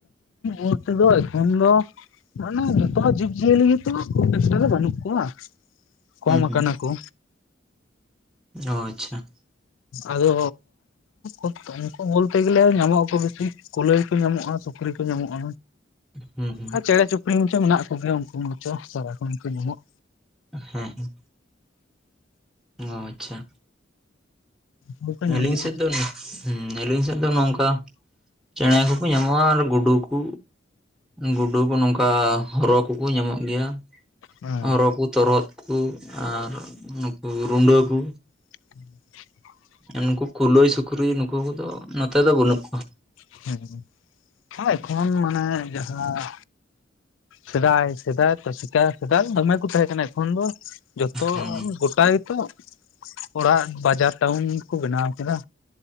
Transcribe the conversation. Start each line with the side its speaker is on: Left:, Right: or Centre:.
Left: ᱩᱱᱠᱩ ᱫᱚ, ᱮᱠᱷᱚᱱ ᱫᱚ ᱢᱟᱱᱮ ᱡᱚᱛᱚᱦᱟ ᱡᱤᱵᱽ ᱡᱤᱭᱟᱹᱞᱤ ᱜᱮᱛᱚ ᱦᱟᱸᱜ ᱠᱷᱩᱵ ᱮᱠᱴᱟ ᱫᱚ ᱵᱟᱹᱱᱩᱜ ᱠᱚᱣᱟ᱾ ᱠᱚᱢ
Centre: ᱦᱩᱸ
Left: ᱟᱠᱟᱱᱟ
Centre: ᱦᱩᱸ
Left: ᱠᱚ᱾
Centre: ᱚ, ᱟᱪᱪᱷᱟ᱾
Left: ᱟᱫᱚᱻ ᱩᱱᱠᱩ, ᱩᱱᱠᱩ ᱵᱚᱞᱛᱮ ᱜᱮᱞᱮ ᱧᱟᱢᱚᱜ-ᱟᱠᱚ ᱵᱤᱥᱤ᱾ ᱠᱩᱞᱟᱹᱭ ᱠᱚ ᱧᱟᱢᱚᱜ-ᱟ, ᱥᱩᱠᱨᱤ ᱠᱚ ᱧᱟᱢᱚᱜ-ᱟ᱾
Centre: ᱦᱩᱸ ᱦᱩᱸ᱾
Left: ᱟᱨ ᱪᱮᱬᱮ ᱪᱩᱯᱲᱤ ᱢᱟᱪᱚ ᱢᱮᱱᱟᱜ ᱠᱚᱜᱮᱭᱟ, ᱩᱱᱠᱩ ᱢᱟᱪᱚ ᱥᱟᱨᱟᱠᱷᱟᱱ ᱜᱮᱠᱚ ᱧᱟᱢᱚᱜ᱾
Centre: ᱦᱮᱸ ᱦᱮᱸ᱾ ᱚ, ᱟᱪᱪᱷᱟ᱾
Left: ᱩᱱᱠᱩ ᱠᱚ ᱧᱟᱢᱚᱜᱼᱟ
Centre: ᱟᱹᱞᱤᱧ ᱥᱮᱫ ᱫᱚ <unintelligible> ᱦᱩᱸᱻ ᱟᱹᱞᱤᱧ ᱫᱚ ᱱᱚᱝᱠᱟ ᱪᱮᱬᱮ ᱠᱚᱠᱚ ᱧᱟᱢᱚᱜ-ᱟ ᱟᱨ ᱜᱩᱰᱩ ᱠᱚ᱾ ᱜᱩᱰᱩ ᱠᱚ ᱱᱚᱝᱠᱟ ᱦᱚᱨᱚ ᱠᱚᱠᱚ ᱧᱟᱢᱚᱜ ᱜᱮᱭᱟ᱾
Left: ᱦᱮᱸ
Centre: ᱦᱚᱨᱚ ᱠᱩ, ᱛᱚᱨᱚᱫ ᱠᱩ ᱟᱨ ᱱᱩᱠᱩ ᱨᱩᱸᱰᱟᱹ ᱠᱩ᱾
Left: <unintelligible>
Centre: ᱱᱩᱠᱩ ᱠᱩᱞᱟᱹᱭ, ᱥᱩᱠᱨᱤ ᱱᱩᱠᱩ ᱠᱚᱫᱚ ᱱᱚᱛᱮ ᱫᱚ ᱵᱟᱹᱱᱩᱜ ᱠᱚᱣᱟ᱾
Left: ᱦᱩᱸ, ᱟᱨ ᱮᱠᱷᱚᱱ ᱢᱟᱱᱮ ᱡᱟᱦᱟᱸ ᱥᱮᱫᱟᱭ, ᱥᱮᱫᱟᱭ ᱛᱚ ᱥᱮᱫᱟᱭ, ᱥᱮᱫᱟᱭ ᱫᱚᱢᱮ ᱠᱚ ᱛᱟᱦᱮᱸ ᱠᱟᱱᱟ ᱮᱠᱷᱚᱱ ᱫᱚ ᱡᱚᱛᱚ,
Centre: ᱦᱮᱸ
Left: ᱜᱚᱴᱟ ᱜᱮᱛᱚ ᱚᱲᱟᱜ ᱵᱟᱡᱟᱨ ᱴᱟᱣᱩᱱ ᱠᱚ ᱵᱮᱱᱟᱣ ᱠᱮᱫᱟ᱾